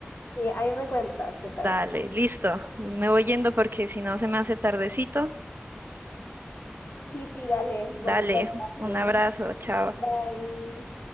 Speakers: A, on the left; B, on the right.
A: Sí, ahí me cuentas qué tal.
B: Dale, listo, me voy yendo porque si no se me hace tardecito.
A: Sí, pídale, bonita
B: Dale,
A: tarde.
B: un abrazo, chao.
A: Bye.